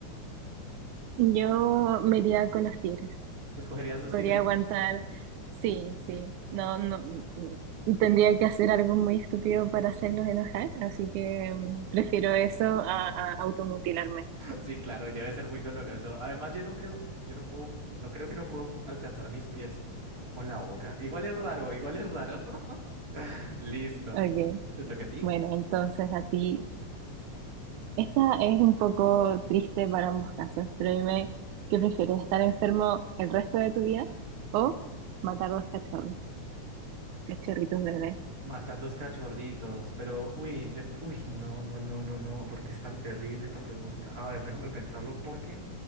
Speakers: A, on the right (about 85°); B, on the right (about 30°).
A: Yo me iría con los tigres.
B: ¿Escogerías los
A: Podría
B: tigres?
A: aguantar. Sí, sí. No, no. mm, Tendría que hacer algo muy estúpido para hacerlos enojar, así que mm, prefiero eso a, a automutilarme.
B: Sí, claro, y debe ser muy doloroso. Además, yo no creo, yo no puedo, no creo que no puedo alcanzar mis pies con la boca. Igual es raro, igual es raro. <laughs> Listo.
A: Ok,
B: ¿Te toca a ti?
A: bueno, entonces a ti. Esta es un poco triste para ambos casos, pero dime, ¿qué prefieres, estar enfermo el resto de tu vida o matar dos cachorros, cachorritos bebés?
B: Matar dos cachorritos, pero uy, de, uy, no, no, no, no, no, porque es tan terrible esta pregunta. A ver, déjame pensarlo, porque